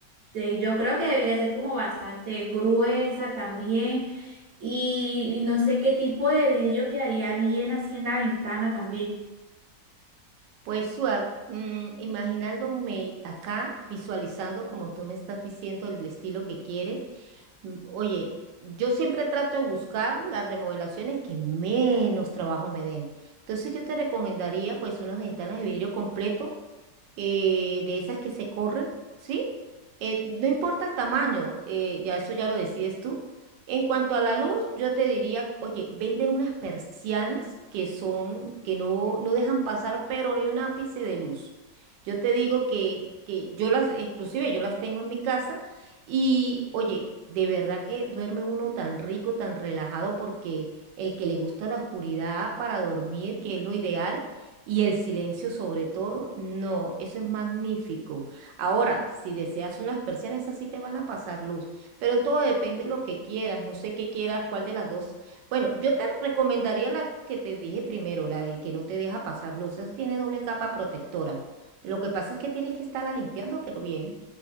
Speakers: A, on the right; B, on the right.
A: de- yo creo que debería ser como bastante gruesa también y y no sé qué tipo de vidrio quedaría bien así en la ventana también.
B: Pues, Suar, mm, imaginándome acá, visualizando como tú me estás diciendo el estilo que quieres, mm, oye, yo siempre trato de buscar las remodelaciones que menos trabajo me den. Entonces yo te recomendaría pues unas ventanas de vidrio completo eh, de esas que se corren, ¿sí? Eh, no importa el tamaño, eh, ya eso ya lo decides tú. En cuanto a la luz, yo te diría, oye, venden unas persianas que son, que no, no dejan pasar, pero ni un ápice de luz. Yo te digo que, que yo las, inclusive yo las tengo en mi casa y, oye, de verdad que duerme uno tan rico, tan relajado, porque el que le gusta la oscuridad para dormir, que es lo ideal, y el silencio sobre todo, no, eso es magnífico. Ahora, si deseas unas persianas, esas sí te van a pasar luz, pero todo depende de lo que quieras, no sé qué quieras, cuál de las dos. Bueno, yo te recomendaría la que te dije primero, la de que no te deja pasar luz, esa tiene doble capa protectora. Lo que pasa es que tienes que estarla limpiando, pero bien,